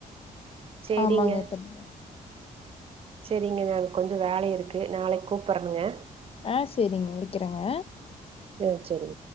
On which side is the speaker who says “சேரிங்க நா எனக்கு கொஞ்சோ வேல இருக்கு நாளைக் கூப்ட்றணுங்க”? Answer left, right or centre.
Right